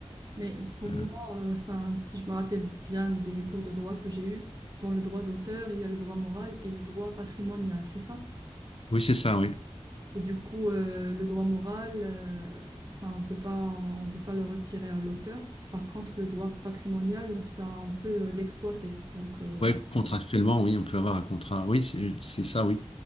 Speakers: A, on the right (about 35°); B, on the left (about 60°).
A: Mais pour moi,
B: Euh,
A: euh, enfin, si je me rappelle bien des cours de droit que j'ai eus, dans le droit d'auteur, il y a le droit moral et le droit patrimonial, c'est ça?
B: oui, c'est ça, oui.
A: Et du coup, euh, le droit moral, euh, 'fin, on peut pas, on peut pas le retirer à l'auteur. Par contre, le droit patrimonial, ça, on peut euh, l'exploiter. Donc, euh,
B: Oui, contractuellement, oui, on peut avoir un contrat. Oui, c'est c'est ça, oui.